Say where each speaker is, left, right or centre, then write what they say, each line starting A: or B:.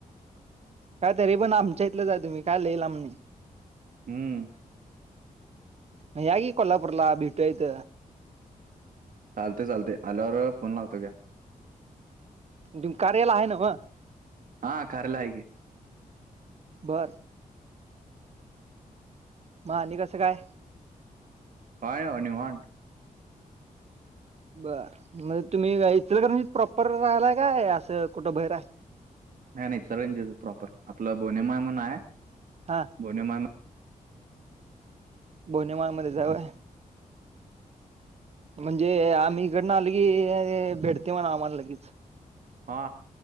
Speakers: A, on the right (about 45°); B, on the right (about 70°).
A: काय तरी पण आमच्या इथलंच आहे तुम्ही काय लई लाम नाही.
B: हम्म.
A: मग या की कोल्हापूरला भेटूया हीत.
B: चालते चालते आल्यावर फोन लावतो घ्या.
A: तुम्ही कार्य ला हाय न्हव.
B: हा कारला हायकी.
A: बर. म आणि कसं काय?
B: काय न म निवांत.
A: बर म्हण तुम्ही इचलंकरंजीत प्रॉपर राहिलाय काय असं कुठं भयर हाय.
B: नाही नाही इचलकरंजीत च हाय प्रॉपर आपलं बोनेमाळ म्हणू हाय.
A: हा.
B: बोन माळ
A: बोनेमाळमध्येच हाय होय. म्हणजे आम्ही इकडन आल की भेटतय म्हणा आम्हाला लगेच.
B: हा